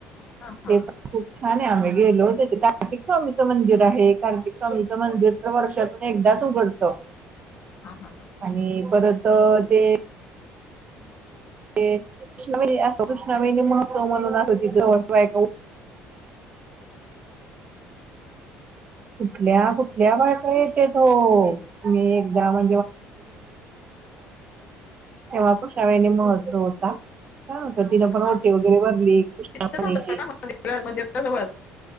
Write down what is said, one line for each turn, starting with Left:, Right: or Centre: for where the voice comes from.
Left: हा हा
Right: ते पण खूप छान आहे आम्ही गेलो होतो ते कार्तिक स्वामीचं मंदिर आहे कार्तिक स्वामीचं मंदिर तर वर्षातून एकदाच उघडत
Left: हा हा
Right: आणि परत ते ते कृष्ण अस कृष्णवेनी महोत्सव म्हणून असतो तिथ जवळ कुठल्या कुठल्या बायका येत्यात हो मी एकदा तेव्हा खुशावैणी‌ म्ह सो होता छान होत तिन पण ओटी
Left: हा
Right: वगैरे भरली कृष्णावैणीची
Left: तिथंच होत का मंदिरा मंदिरा जवळच